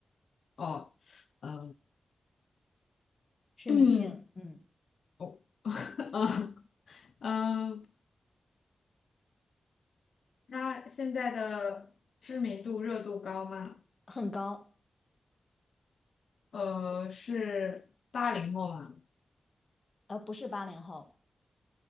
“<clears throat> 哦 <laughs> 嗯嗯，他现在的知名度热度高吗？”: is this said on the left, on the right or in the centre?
Left